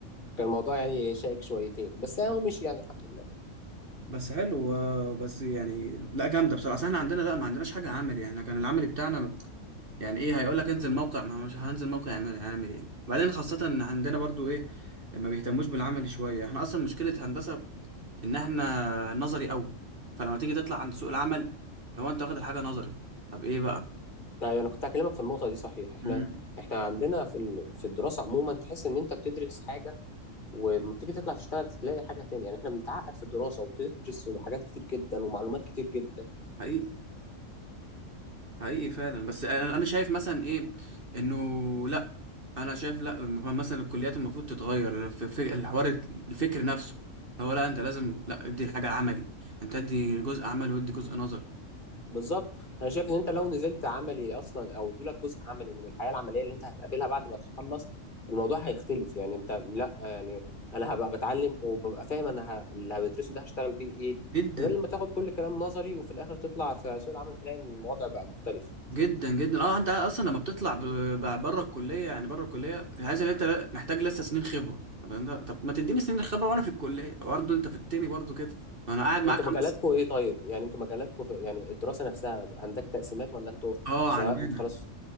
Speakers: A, on the left; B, on the right.
A: كان الموضوع يعني شائك شويتين بس اهو مشي يعني الحمد لله
B: بس حلو آه، بس يعني لا جامدة بصراحة أصل احنا عندنا لا ما عندناش حاجة عملي يعني إحنا كان العملي بتاعنا يعني ايه هيقول لك انزل موقع ما هو مش هنزل موقع يعمل يعمل ايه؟ بعدين خاصة ان عندنا برضو ايه ما بيهتموش بالعملي شوية احنا اصلا مشكلة هندسة ان احنا نظري قوي فلما تيجي تطلع عند سوق العمل لو انت واخد الحاجه نظري طب ايه بقى
A: ايوه انا كنت هكلمك في النقطه دي صحيح احنا
B: امم
A: احنا عندنا في ال- في الدراسه عموما تحس ان انت بتدرس حاجه ولما بتيجي تطلع تشتغل تلاقي حاجه تانية يعني احنا بنتعقد في الدراسه وبتدرس حاجات كتير جدا ومعلومات كتير جدا
B: حقيقي حقيقي فعلا بس انا أنا شايف مثلا ايه انه لا انا شايف لا لما مثلا الكليات المفروض تتغير في في الحوار الفكر نفسه هو لا انت لازم لا ادي الحاجه عملي انت ادي جزء عملي وادي جزء نظري
A: بالظبط انا شايف ان انت لو نزلت عملي اصلا او ادولك جزء عملي من الحياه العمليه اللي انت هتقابلها بعد ما تخلص الموضوع هيختلف يعني انت لا يعني انا هبقى بتعلم وببقى فاهم انا ه... اللي هدرسه ده هشتغل بيه ايه
B: جدا
A: غير لما تاخد كل الكلام نظري وفي الاخر تطلع في سوق العمل تلاقي ان الوضع بقى مختلف
B: جدا جدا اه انت اصلا لما بتطلع بره الكليه يعني بره الكليه عايز ان انت لا- محتاج لسه سنين خبره طب انت طب ما تديني سنين الخبره وانا في الكليه برضه انت في التاني برضه كده ما انا قاعد معاك
A: انتوا
B: خمس
A: مجالاتكم ايه طيب يعني انتوا مجالاتكم في... يعني الدراسة نفسها عندك تقسيمات ولا انتوا
B: اه
A: سواء
B: عندنا
A: انت خلاص